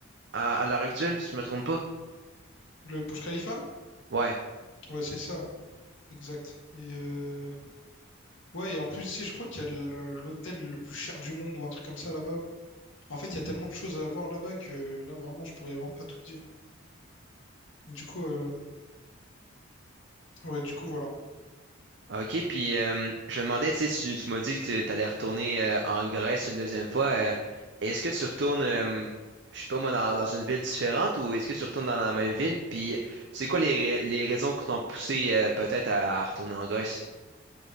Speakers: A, on the right (about 55°); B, on the left (about 70°).
A: à, à l'heure actuelle, si je me trompe pas.
B: Le Burj Khalifa?
A: Ouais.
B: Ouais, c'est ça. Exact. Et euh, ouais, et en plus, tu sais, je crois qu'il y a le- l'hôtel le plus cher du monde ou un truc comme ça là-bas. En fait, il y a tellement de choses à voir là-bas que là, vraiment, je pourrais vraiment pas tout dire. Du coup, euh, ouais, du coup, voilà.
A: OK, puis euh, je me demandais, tu sais, tu, tu m'as dit que tu allais retourner euh, en Grèce une deuxième fois. euh, est-ce que tu retournes, euh, je sais pas moi, dans, dans une ville différente ou est-ce que tu retournes dans la même ville? Puis c'est quoi les, ra- les raisons qui t'ont poussé euh, peut-être à, à retourner en Grèce?